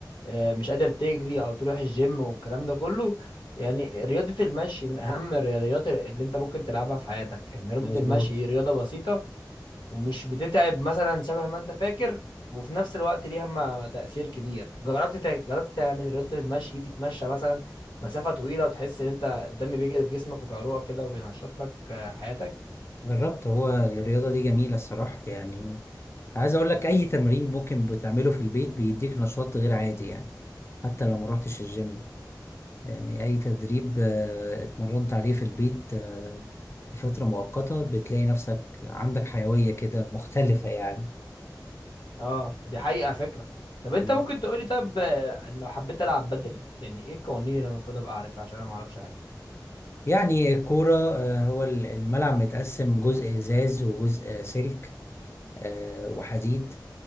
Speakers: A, on the left; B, on the left.
A: آه، مش قادر تجري او تروح الجيم والكلام ده كله يعني رياضة المشي من أهم الرياضيات اللي أنت ممكن تلعبها في حياتك، إن رياضة
B: مظبوط
A: المشي دي رياضة بسيطة ومش بتتعب مثلا شبه ما انت فاكر وفي نفس الوقت ليها ما تأثير كبير جربت تع- جربت تعمل رياضة المشي دي تتمشى مثلا مسافة طويلة وتحس ان انت الدم بيجري في جسمك وفي عروقك كده وبينشط لك آه، حياتك
B: جربت هو الرياضة دي جميلة الصراحة يعني عايز اقول لك اي تمرين ممكن بتعمله في البيت بيديك نشاط غير عادي يعني حتى لو ما رحتش الجيم يعني اي تدريب آه، اتمرنت عليه في البيت آه، لفترة مؤقتة بتلاقي نفسك عندك حيوية كده مختلفة يعني
A: اه دي حقيقة فكرة طب انت
B: مم.
A: ممكن تقولي طب آه، انه حبيت العب بدل يعني ايه القوانين اللي المفروض ابقى اعرفها عشان انا ما اعرفش حاجة
B: يعني الكورة آه، هو الملعب متقسم جزء ازاز وجزء سلك آه، وحديد